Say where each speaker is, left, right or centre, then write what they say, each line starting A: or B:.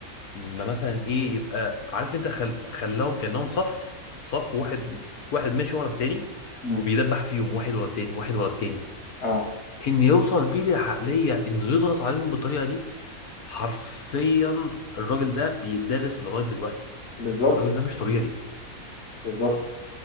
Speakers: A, on the left (about 75°); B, on the left (about 45°).
A: ما مثلا ايه يبقى عارف انت خل... خلاهم كأنهم صف صف واحد واحد ماشي ورا التاني
B: أمم.
A: وبيدبح فيهم واحد ورا التاني واحد ورا التاني
B: اه
A: ان يوصل بيه بالعقلية انه يضغط عليهم بالطريقة دي حرفيا الراجل ده بيتدرس لغاية دلوقتي
B: بالظبط
A: الراجل ده مش طبيعي
B: بالظبط